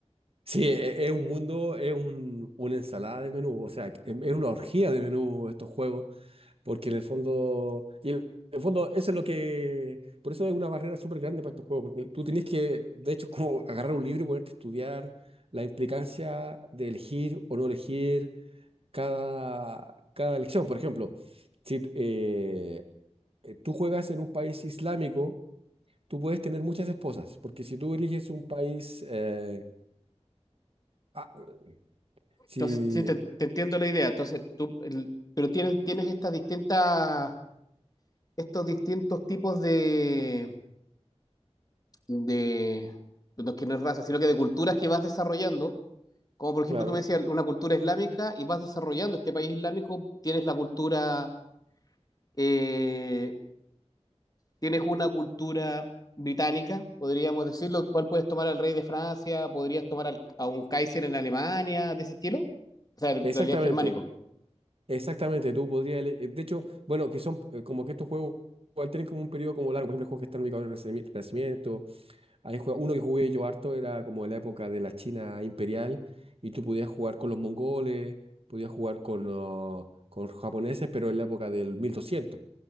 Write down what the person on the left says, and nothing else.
Entonces, sí, te, te entiendo la idea. Entonces, tú, el- pero tienes, tienes estas distintas, estos distintos tipos de, de, de los que no es raza, sino que de culturas que vas desarrollando. Como por ejemplo,
tú me decías una cultura islámica y vas desarrollando este país islámico, tienes la cultura eh, tienes una cultura británica, podríamos decirlo, cuál puedes tomar al rey de Francia, podrías tomar al- a un Kaiser en Alemania, de ese estilo. O sea, en
realidad es germánico.